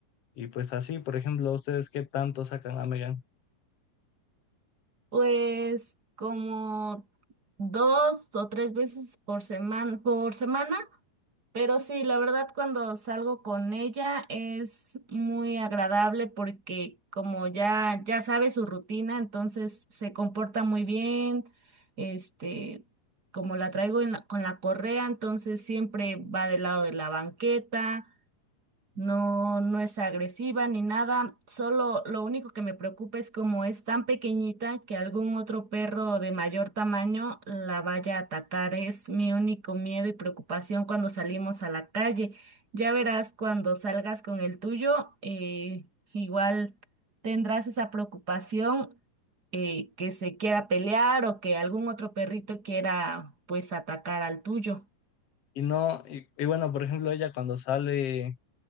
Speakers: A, on the left; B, on the right.
A: Y pues así, por ejemplo, ¿ustedes qué tanto sacan a Megan?
B: Pues como dos o tres veces por semana, por semana, pero sí, la verdad cuando salgo con ella es muy agradable porque como ya ya sabe su rutina, entonces se comporta muy bien, este, como la traigo en la- con la correa, entonces siempre va del lado de la banqueta. No, no es agresiva ni nada, solo lo único que me preocupa es como es tan pequeñita que algún otro perro de mayor tamaño la vaya a atacar. Es mi único miedo y preocupación cuando salimos a la calle. Ya verás cuando salgas con el tuyo, eh, igual tendrás esa preocupación eh, que se quiera pelear o que algún otro perrito quiera pues atacar al tuyo.
A: Y no, y, y bueno, por ejemplo, ella cuando sale,